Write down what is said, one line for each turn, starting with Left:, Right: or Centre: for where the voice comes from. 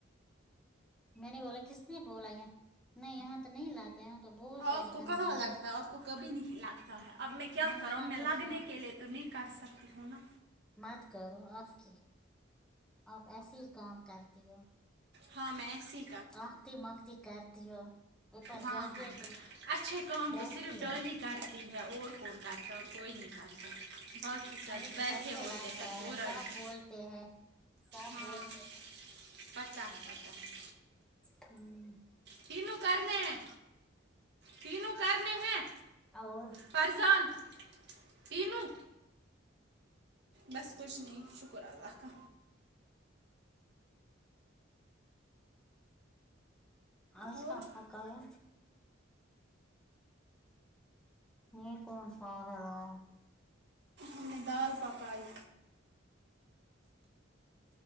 Centre: میں نے بولا کس نے بولا یہ نہیں یہاں تو نہیں لاتا یہاں تو بہت ساری
Right: آپ کو
Centre: گندگی
Right: کہاں لگتا ہے آپ کو کبھی نہیں لگتا ہے اب میں کیا
Centre: نہیں
Right: کروں
Centre: یہاں
Right: میں
Centre: تو
Right: لگنے
Centre: سو
Right: کے لیے تو نہیں کر سکتی ہوں نا
Centre: مت کرو آپ کی آپ ایسے ہی کام کرتی ہو
Right: ہاں میں ایسی
Centre: آختی ماختی کرتی ہو اوپر
Right: ہاں
Centre: جاتی
Right: ہاں
Centre: ہو تو
Right: اچھے کام
Centre: بیٹھتی
Right: تو صرف ڈالی
Centre: ہو
Right: کرتی ہے اور کون کرتا ہے اور کوئی نہیں کرتا باقی سب
Centre: ہاں یہ تو
Right: بیٹھے
Centre: کو
Right: ہوتے
Centre: لگتا
Right: ہیں
Centre: ہے
Right: پورا
Centre: سب
Right: دن
Centre: بولتے ہیں سب
Right: ہاں
Centre: بولتے ہیں
Right: پتا ہے پتا ہے
Centre: ہو‌ں
Right: تینوں کرنے ہے تینوں کرنے ہیں
Centre: اور
Right: فرضان تینوں بس کچھ نہیں شکر اللہ کا
Centre: آج
Right: اور
Centre: کا پکایا یہ کون پاگل ہے
Right: ہم نے دال پکائی